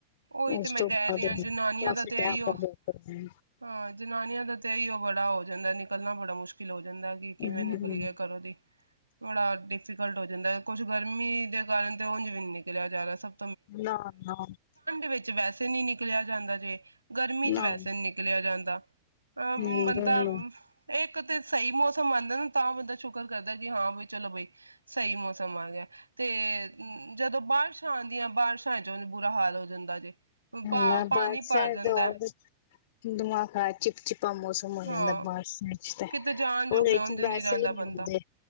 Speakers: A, on the right; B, on the left.
A: ਉਹੀ
B: ਉਸ
A: ਤੇ ਮੈਂ
B: ਤੋਂ
A: ਕਹਿ
B: ਬਾਅਦ
A: ਰਹੀ ਆਂ ਜਨਾਨੀਆਂ
B: ਕਾਫੀ
A: ਦਾ ਤਾਂ
B: ਟੈਮ
A: ਇਈ ਔ,
B: ਹੋ ਗਿਆ ਕਰਾਇਆ
A: ਹਾਂ। ਜਨਾਨੀਆਂ ਦਾ ਤੇ ਇਹੀ ਓ ਬੜਾ ਹੋ ਜਾਂਦਾ ਨਿਕਲਣਾ ਬੜਾ ਮੁਸ਼ਕਿਲ ਓ ਕਹਿੰਦਾ ਕਿ ਕਿਵੇਂ
B: ਹੂੰ।
A: ਨਿਕਲੀਏ ਘਰੋਂ ਦੀ <unintelligible> ਡਿਫੀਕਲਟ ਹੋ ਜਾਂਦਾ ਕੁਝ ਗਰਮੀ ਤੇ ਕਾਰਨ ਉਂਜ ਵੀ ਨਹੀਂ ਨਿਕਲਿਆ ਜਾ ਰਿਹਾ ਸਬ
B: ਨਾ ਨਾ
A: ਵਿੱਚ ਵੈਸੇ ਨਹੀਂ ਨਿਕਲਿਆ ਜਾਂਦਾ ਜੇ ਗਰਮੀ ਚ
B: ਨਾ
A: ਵੈਸੇ ਨੀ ਨਿਕਲਿਆ ਜਾਂਦਾ ਅ
B: ਹੂੰ
A: ਬੰਦਾ
B: ਹੂੰ
A: ਇਕ ਤੇ ਸਹੀ ਮੌਸਮ ਤਾਂ ਬੰਦਾ ਸ਼ੁਕਰ ਕਰਦਾ ਕਿ ਹਾਂ ਬਈ ਚਲੋ ਬਈ ਸਹੀ ਮੌਸਮ ਆ ਗਿਆ ਤੇ <unintelligible> ਜਦੋਂ ਬਾਰਸ਼ਾਂ ਆਂਦੀਆਂ ਬਾਰਸ਼ਾਂ ਚ ਬੁਰਾ ਹਾਲ ਹੁੰਦਾ ਜੇ ਪਾ
B: ਨਾਲ
A: ਪਾਣੀ
B: ਬਾਰਿਸ਼ਾਂ
A: ਭਰ ਜਾਂਦਾ
B: ਚ ਹੋਰ ਦੁਆਂ ਕਾ ਏ ਚਿਪਚਿਪ ਚਿਪ ਚਿਪਾ ਮੌਸਮ ਹੋਇਆ
A: ਹਾਂ
B: ਦਾ ਬਾਰਿਸ਼ਾਂ ਵਿਚ ਤੇ
A: ਕਿਤੇ ਜਾਣ ਜੋਗੇ
B: ਉਹਦੇ
A: ਉਝ
B: ਚ
A: ਨੀ
B: ਵੈਸੇ
A: ਰਹਿੰਦਾ
B: ਈ ਨਹੀਂ
A: ਬੰਦਾ
B: ਹੁੰਦੇ,